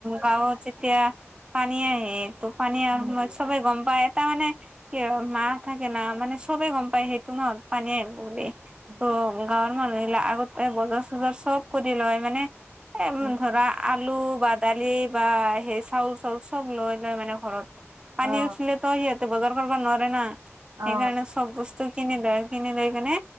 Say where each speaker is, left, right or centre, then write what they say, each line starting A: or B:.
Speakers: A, on the right; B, on the right.
A: গাঁৱত যেতিয়া পানী আহে তো পানী
B: উম
A: সময়ত সবে গম পাই। তাৰ মানে কি মাহ থাকে না মানে চবে গম পায় সেইটো ন পানীয়ে আহিব বুলি।
B: উম
A: ত' গাঁৱৰ মানুহিলাক আগতে বজাৰ চজাৰ চব কৰি লয় মানে। এ
B: উম
A: ধৰা আলু বা দালি বা সেই চাউল চাউল চব লৈ লৈ মানে ঘৰত। পানী
B: অ
A: উঠিলে তো সিহঁতে বজাৰ কৰিব নোৱাৰে না সেইকাৰণে
B: অ
A: চব বস্তু কিনি লয় কিনি লৈ কেনে